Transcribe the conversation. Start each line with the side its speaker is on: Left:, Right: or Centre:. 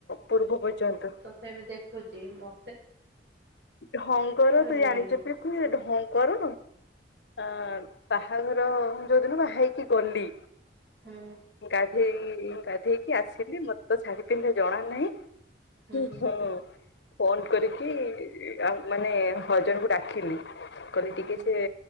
Left: ପୂର୍ବ ପର୍ଯ୍ୟନ୍ତ।
Right: ତଥା ବିି ଦେଖୁଛି ବ
Left: ଢଙ୍କର ତୁ
Right: ଘୋଡେଇ
Left: ଜାଣିଛ
Right: ହଉଛୁ।
Left: ତୁ ଢଙ୍କର ଆ ବାହାଘର ଯୋଉଦିନ ବାହା ହେଇକି ଗଲି।
Right: ହୁଁ।
Left: ଗାଧେଇ ଗାଧେଇକି ଆସିବି ମତେ ତ ଶାଢୀ ପିନ୍ଧା ଜଣା ନାହିଁ।
Right: ହୁଁ
Left: ହଁ ଫୋନ କରିକି ଆ ମାନେ ହଜବେଣ୍ଟ କୁ ଡାକିଲି କହିଲି ଟିକେ
Right: ହୁଁ
Left: ସେ